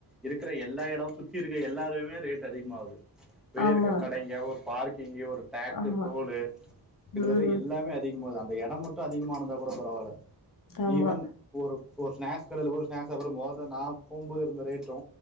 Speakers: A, in the centre; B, on the left.
A: இருக்கற எல்லா எடோ சுத்தி இருக்க எல்லாதைமே ரேட் அதிகமாவுது. வெளிய
B: ஆமா
A: இருக்க கடைங்க ஒரு பார்க்கிங்கி ஒரு டேக்ஸு
B: ஆமா
A: டோலு கிட்டத்தட்ட
B: ம்
A: எல்லாமே அ திகமாவுது அந்த எடம் மட்டு அதிகமானந்தா கூட பரவால.
B: ஆமா
A: ஈவன் ஒருப் ஒரு ஸ்நாக்ஸ் கடைல போ ஒரு ஸ்நாக்ஸ் சாப்ற மோர்தேன் நா போம்போது இருந்த ரேட்டு